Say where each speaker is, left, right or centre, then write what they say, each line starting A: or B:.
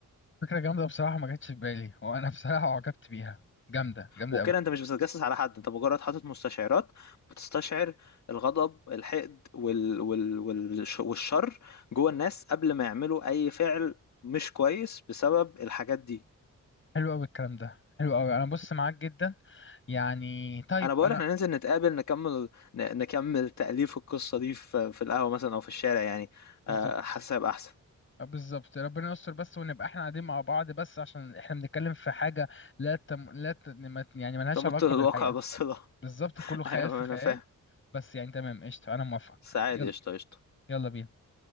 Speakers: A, on the left; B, on the left.
A: فكره جامده بصراحه ما جاتش في بالي وانا بصراحه عجبت بيها جامده جامده
B: وكده
A: قوي
B: انت مش بتتجسس على حد انت مجرد حاطط مستشعرات بتستشعر الغضب الحقد وال... وال... وال... والشر جوه الناس قبل ما يعملوا اي فعل مش كويس بسبب الحاجات دي
A: حلو قوي الكلام ده حلو قوي انا بص معاك جدا يعني طيب
B: انا بقول
A: انا
B: احنا ننزل نتقابل نكمل ن- نكمل تأليف القصة دي في في القهوة مثلا او في الشارع يعني
A: بالظبط
B: آه، حاسس هيبقى احسن
A: بالظبط ربنا يستر بس ونبقى احنا قاعدين مع بعض بس عشان احنا بنتكلم في حاجه لا تم... لا ت... ما- يعني ملهاش
B: انت مت
A: علاقه
B: للواقع
A: بالحقيقه
B: بس <laughs> لا
A: بالظبط كله خيال
B: ايوه
A: في خيال
B: انا فاهم
A: بس يعني تمام قشطة أنا موافق
B: سعيد
A: يلا
B: قشطة قشطة
A: يلا بينا